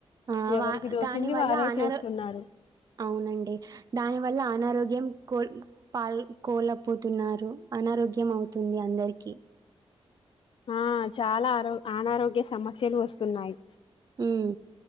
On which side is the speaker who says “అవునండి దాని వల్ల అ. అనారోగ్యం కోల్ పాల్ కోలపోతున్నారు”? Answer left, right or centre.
Right